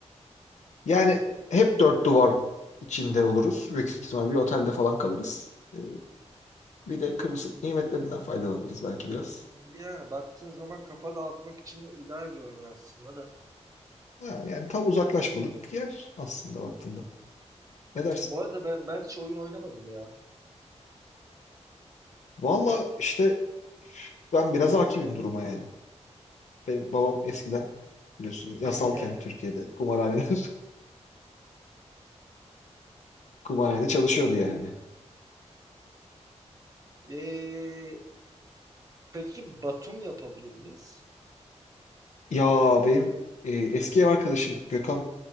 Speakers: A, on the left (about 80°); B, on the right (about 30°).
A: Yani
B: Hmm.
A: hep dört duvar içinde oluruz. Büyük ihtimal bir otelde falan kalırız. E, Bir de Kıbrıs'ın nimetlerinden faydalanırız belki biraz.
B: Yani baktığın zaman kafa dağıtmak için ideal görünüyor aslında da.
A: Ha, yani tam uzaklaşmalık yer aslında baktığında. Ne dersin?
B: Bu arada ben, ben hiç oyun oynamadım ya.
A: Valla işte Ben biraz hakimim duruma yani. Benim babam eskiden biliyorsun yasalken
B: <laughs>
A: Türkiye'de kumarhaneler <laughs> kumarhanede çalışıyordu yani.
B: Ee, peki Batum yapabilir miyiz?
A: Ya benim e, eski ev arkadaşım Gökhan